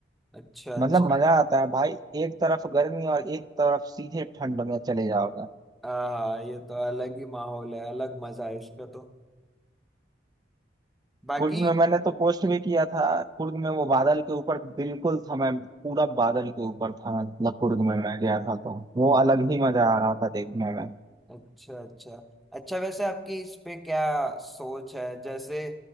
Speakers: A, in the centre; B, on the right.
A: अच्छा अच्छा
B: मतलब मजा आता है भाई एक तरफ गर्मी और एक तरफ सीधे ठंड में चले जाओगे
A: हाँ ये तो अलग ही माहौल है अलग मजा है इसका तो बाकी
B: कुर्ग में मैंने तो पोस्ट भी किया था कुर्ग में वो बादल के ऊपर बिल्कुल था मैं पूरा बादल के ऊपर था मतलब कुर्ग में मैं गया था तो वो अलग ही मजा आ रहा था देखने में
A: अच्छा अच्छा अच्छा वैसे आपकी इस पे क्या सोच है जैसे